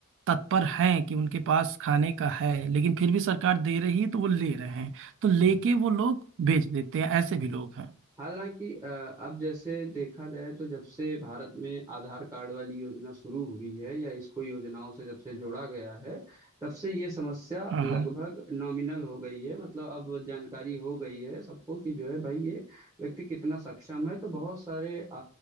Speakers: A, on the right (about 60°); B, on the right (about 15°).
A: तत्पर हैं कि उनके पास खाने का है लेकिन फिर भी सरकार दे रही है तो वो ले रहे हैं तो लेके
B: हाँ
A: वो लोग भेज देते हैं ऐसे
B: हाँ।
A: भी लोग हैं
B: हालांकि अ, अब जैसे देखा जाए तो जब से भारत में आधार कार्ड वाली योजना शुरू हुई है या इसको योजनाओं से जब से जोड़ा गया है तब से ये समस्या
A: हाँ
B: लगभग
A: हाँ
B: नॉमिनल हो गई है मतलब अब जानकारी हो गई है सबको कि जो है भाई ये व्यक्ति कितना सक्षम है तो बहुत सारे अ,